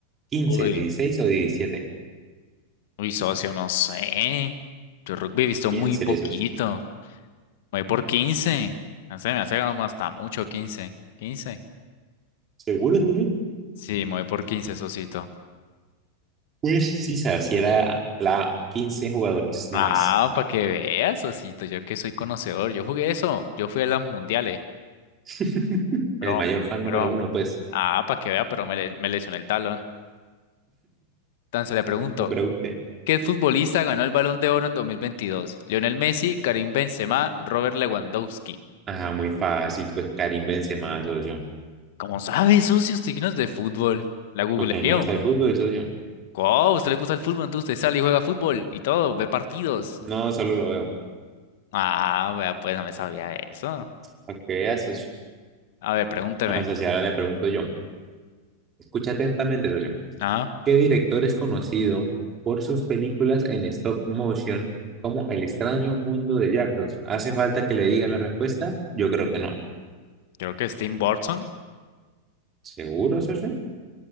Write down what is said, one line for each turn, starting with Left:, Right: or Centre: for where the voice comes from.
Right: Quince,
Left: Uy,
Right: 16 o 17?
Left: uy, socio, no sé. Yo rugby he visto
Right: Piénsele,
Left: muy poquito.
Right: socio.
Left: Me voy por 15. No sé, me hace como hasta mucho quince, quince?
Right: ¿Seguro, socio?
Left: Sí, me voy por quince socito.
Right: Pues sí, se si era la 15 jugadores, no
Left: Ah,
Right: más
Left: para que veas, socito. Yo que soy conocedor. Yo jugué eso. Yo fui a las mundiales.
Right: <laughs>
Left: Pero,
Right: El mayor fan
Left: pero,
Right: número uno, pues.
Left: ah, para que vea, pero me, le- me lesioné el talón. Entonces le pregunto,
Right: No pregunte.
Left: ¿qué futbolista ganó el Balón de Oro en dos mil veintidós Lionel Messi, Karim Benzema, Robert Lewandowski.
Right: Ah, muy fácil, pues Karim Benzema, socio.
Left: ¿Cómo sabe, socio? Usted que no es de fútbol. La googleo.
Right: Porque a mí me gusta el fútbol, socio.
Left: ¿Cómo? ¿Usted le gusta el fútbol? Entonces usted sale y juega fútbol y todo, ve partidos.
Right: No, solo lo veo.
Left: Ah, vea, pues no me sabía eso.
Right: Para que veas, socio.
Left: A ver, pregúnteme.
Right: Bueno, socio, ahora le pregunto yo. Escucha atentamente, socio.
Left: Ah,
Right: ¿Qué director es conocido por sus películas en stop motion como El extraño mundo de Jack? O sea, ¿Hace falta que le diga la respuesta? Yo creo que no.
Left: creo que es Tim Burton.
Right: ¿Seguro, socio?